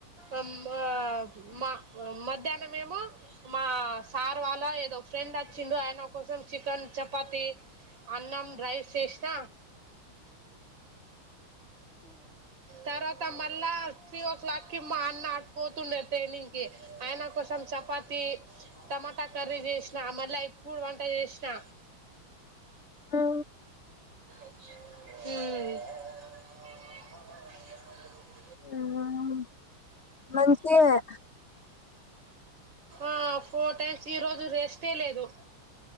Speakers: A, on the right; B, on the left.
A: ఉమ్ అ మా మధ్యాహ్నం మేమొ మా సార్ వాళ్ళ ఏదో ఫ్రెండ్ వచ్చిండు ఆయన కోసం చికెన్ చపాతి అన్నం రైస్ చేసిన తర్వాత మ <unintelligible> త్రీ ఓ క్లాక్ కి మా అన్న పోతుండే ట్రైనింగ్ కి ఆయన కోసం చపాతి టమాటా కర్రీ చేసినా మళ్ళీప్పుడు వంట చేసినా
B: ఆా
A: ఉమ్
B: ఉమ్మ్ మంచేగ దా
A: ఆ ఫోర్ టైమ్స్ ఈరోజు రెస్టే లేదు.